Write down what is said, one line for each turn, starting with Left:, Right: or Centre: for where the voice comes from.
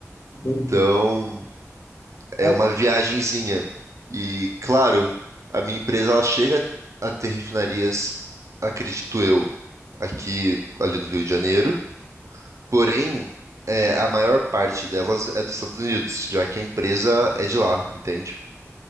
Left: Pois
Right: Então,
Left: é.
Right: É
Left: Aí,
Right: uma viagenzinha. E, claro, a minha empresa ela chega a ter refinarias, acredito eu, aqui ali no Rio de Janeiro. Porém, é, a maior parte delas é dos Estados Unidos, já que a empresa é de lá, entende?